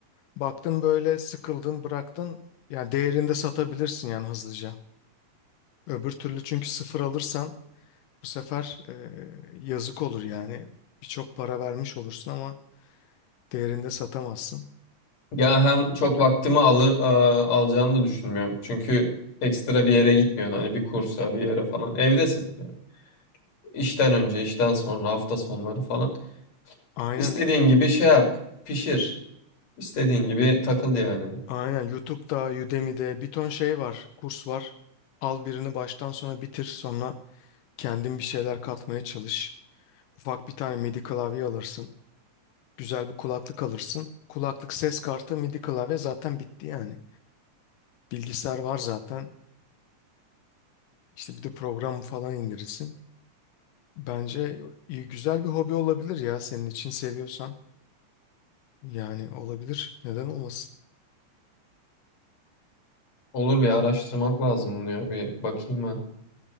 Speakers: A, on the left; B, on the left.
A: Baktın böyle sıkıldın, bıraktın. Yani değerinde satabilirsin yani hızlıca. Öbür türlü çünkü sıfır alırsan Bu sefer e, yazık olur yani. Birçok para vermiş olursun ama değerinde satamazsın.
B: Ya hem çok vaktimi alır, e, alacağını da düşünmüyorum. Çünkü ekstra bir yere gitmiyorsun. Hani bir kursa bir yere falan. Evdesin. Yani. İşten önce, işten sonra, hafta sonları falan.
A: Aynen,
B: İstediğin gibi şey yap, pişir. İstediğin gibi takıl yani.
A: aynen YouTube'da, Udemy'de bir ton şey var, kurs var. Al birini baştan sona bitir, sonra kendin bir şeyler katmaya çalış. Ufak bir tane MIDI klavye alırsın. Güzel bir kulaklık alırsın. Kulaklık, ses kartı, MIDI klavye zaten bitti yani. Bilgisayar var zaten. İşte bir de program falan indirirsin. Bence iyi, güzel bir hobi olabilir ya senin için seviyorsan. Yani olabilir. Neden olmasın?
B: Olur bir araştırmak lazım bunu ya bir bakayım ben.